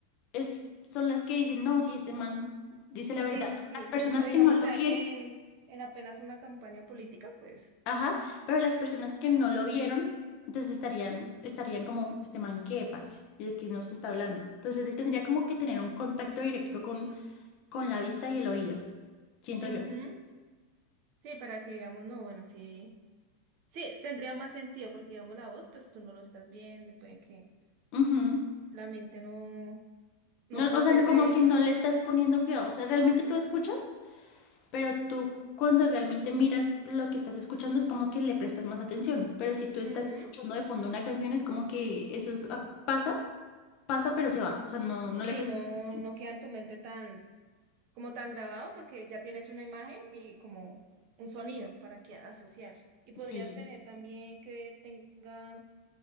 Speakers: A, on the left; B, on the right.
A: es, son las que dicen, no, sí, este man dice la verdad.
B: sí, sí, sí.
A: Las personas
B: O digamos,
A: que no lo
B: a-
A: vieron,
B: en, en apenas una campaña política, pues...
A: ajá, pero las personas que no lo vieron, entonces estarían, estarían como, este man, ¿qué, parce? ¿Y de qué nos está hablando? Entonces él tendría como que tener un contacto directo con, con la vista y el oído, siento
B: ujú.
A: yo.
B: Sí, para que digamos, no, bueno, sí. Sí, tendría más sentido, porque digamos, la voz, pues tú no lo estás viendo, y puede que
A: Ujú.
B: la mente no, no
A: No,
B: procese
A: o sea, no- como que
B: eso.
A: no le estás poniendo cuidado. O sea, ¿realmente tú escuchas? Pero tú cuando realmente miras lo que estás escuchando es como que le prestas más atención. Pero si tú estás
B: Ujú.
A: escuchando de fondo una canción es como que eso es- ah, pasa, pasa, pero se va. O sea, no, no le
B: Sí,
A: prestas
B: no,
A: atención.
B: no queda en tu mente tan, como tan grabado porque ya tienes una imagen y como un sonido para que asociar. Y podría
A: Sí.
B: tener también que tenga,